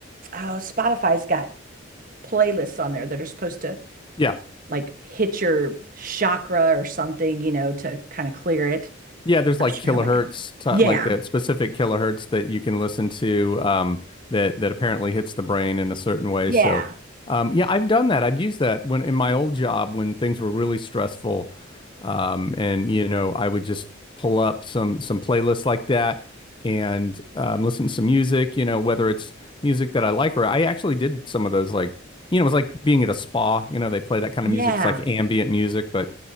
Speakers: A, on the right; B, on the left.
A: oh, Spotify's got playlists on there that are supposed to
B: Yeah.
A: like hit your chakra or something, you know, to kind of clear it.
B: Yeah, there's
A: Not
B: like
A: sure
B: kilohertz,
A: how that goes.
B: to,
A: Yeah.
B: like the specific kilohertz that you can listen to um, that that apparently hits the brain in a certain way.
A: Yeah.
B: So, um, yeah, I've done that. I've used that when in my old job when things were really stressful, um, and you know, I would just pull up some some playlists like that and um, listen to some music. You know, whether it's music that I like or I actually did some of those like you know, it was like being at a spa. You know, they play that kind
A: Yeah.
B: of music. It's like ambient music, but